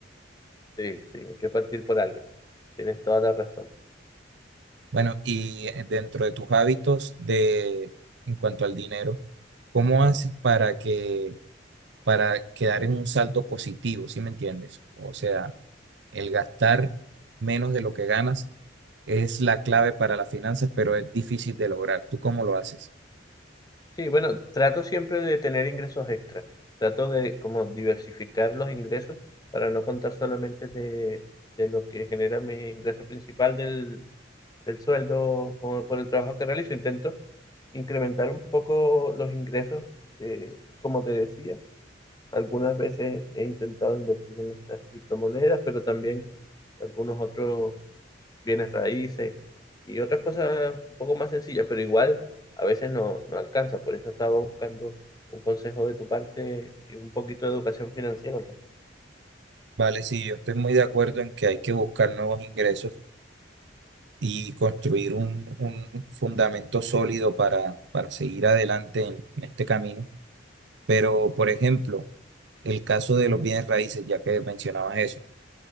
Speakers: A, on the left (about 20°); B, on the right (about 65°).
A: Sí, sí, hay que partir por algo. Tienes toda la razón.
B: Bueno, y eh, dentro de tus hábitos de en cuanto al dinero, ¿cómo haces para que para quedar en un saldo positivo, ¿sí me entiendes? O sea, el gastar menos de lo que ganas es la clave para las finanzas, pero es difícil de lograr. ¿Tú cómo lo haces?
A: Sí, bueno, trato siempre de tener ingresos extra. Trato de como diversificar los ingresos para no contar solamente de, de lo que genera mi ingreso principal del, del sueldo o por el trabajo que realizo. Intento incrementar un poco los ingresos, eh, como te decía. Algunas veces he intentado invertir en estas criptomonedas, pero también algunos otros bienes raíces y otras cosas un poco más sencillas, pero igual a veces no, no alcanza. Por eso estaba buscando un consejo de tu parte y un poquito de educación financiera al respecto.
B: Vale, sí, yo estoy muy de acuerdo en que hay que buscar nuevos ingresos y construir un, un fundamento sólido para, para seguir adelante en, en este camino. Pero, por ejemplo, el caso de los bienes raíces, ya que mencionabas eso,